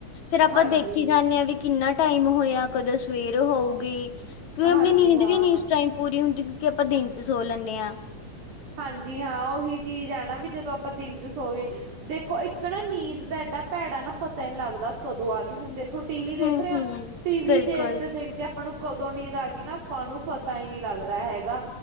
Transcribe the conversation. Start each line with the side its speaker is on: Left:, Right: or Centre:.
Left: ਫੇਰ ਆਪਾਂ
Right: ਹਾਂਜੀ,
Left: ਦੇਖੀ ਜਾਂਦੇ ਹਾਂ ਵੀ ਕਿੰਨਾ ਟਾਈਮ ਹੋਇਆ ਕਦੋਂ ਸਵੇਰ ਹੋਊਗੀ ਕਿਉਂਕਿ
Right: ਹਾਂਜੀ
Left: ਆਪਣੀ ਨੀਂਦ
Right: ਹਾਂ।
Left: ਵੀ ਨੀ ਉਸ ਟਾਈਮ ਪੂਰੀ ਹੁੰਦੀ ਕਿਉਂਕਿ ਆਪਾਂ ਦਿਨ ਤੇ ਸੋ ਲੈਂਦੇ ਆ
Right: ਹਾਂਜੀ ਹਾਂ ਉਹੀ ਚੀਜ਼ ਹੈ ਨਾ ਵੀ ਜਦੋਂ ਆਪਾਂ ਦਿਨ ਚ ਸੋ ਗਏ ਦੇਖੋ ਇੱਕ ਨਾ ਨੀਂਦ ਦਾ ਐਡਾ ਭੈੜਾ ਨਾ ਪਤਾ ਹੀ ਲੱਗਦਾ ਕਦੋਂ ਆ ਗਈ ਹੁਣ ਦੇਖੋ ਟੀ ਵੀ ਦੇਖ
Left: ਹੂੰ-ਹੂੰ,
Right: ਰਹੇ ਆ ਟੀ ਵੀ
Left: ਬਿਲਕੁਲ
Right: ਦੇਖਦੇ ਦੇਖਦੇ ਆਪਾਂ ਨੂੰ ਕਦੋਂ ਨੀਦ ਆ ਗਈ ਨਾ ਆਪਾਂ ਨੂੰ ਪਤਾ ਹੀ ਨਹੀਂ ਲੱਗਦਾ ਹੈਗਾ